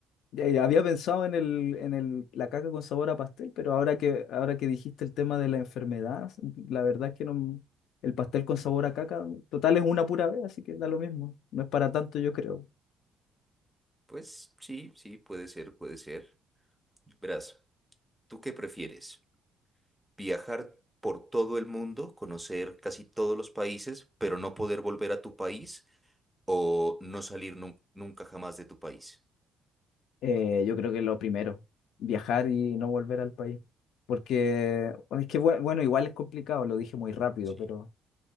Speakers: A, on the left; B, in the centre.
A: Eh, había pensado en el, en el, la caca con sabor a pastel, pero ahora que, ahora que dijiste el tema de la enfermedad, la verdad es que no, el pastel con sabor a caca, total es una pura vez, así que da lo mismo. No es para tanto, yo creo.
B: Pues sí, sí, puede ser, puede ser. Verás, ¿tú qué prefieres? viajar por todo el mundo, conocer casi todos los países, pero no poder volver a tu país o no salir nun- nunca jamás de tu país?
A: Eh, yo creo que lo primero, viajar y no volver al país. Porque es que, bue- bueno, igual es complicado, lo dije muy rápido,
B: Sí.
A: pero